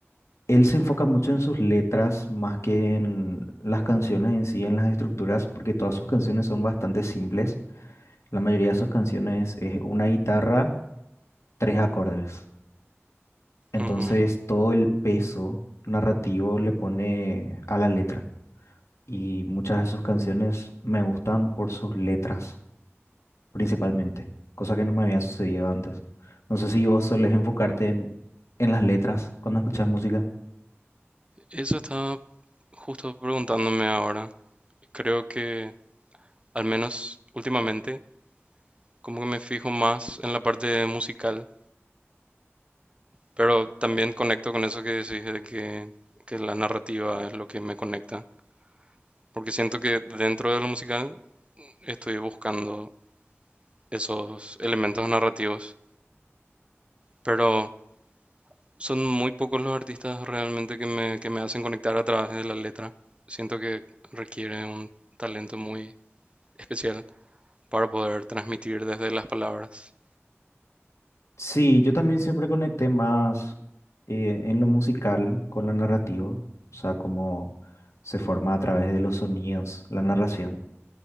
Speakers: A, on the left; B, on the right.
A: él se enfoca mucho en sus letras más que en las canciones en sí, en las estructuras, porque todas sus canciones son bastante simples. La mayoría de sus canciones es una guitarra, tres acordes. Entonces
B: Ujú.
A: todo el peso narrativo le pone a la letra. Y muchas de sus canciones me gustan por sus letras. principalmente, cosa que no me había sucedido antes. No sé si vos solés enfocarte en, en las letras cuando escuchas música.
B: Eso estaba justo preguntándome ahora. Creo que, al menos últimamente, como que me fijo más en la parte musical, pero también conecto con eso que decís de que, que la narrativa es lo que me conecta, porque siento que dentro de lo musical estoy buscando esos elementos narrativos, pero son muy pocos los artistas realmente que me, que me hacen conectar a través de la letra. Siento que requiere un talento muy especial para poder transmitir desde las palabras.
A: Sí, yo también siempre conecté más eh, en lo musical con la narrativa, o sea, cómo se forma a través de los sonidos, la narración.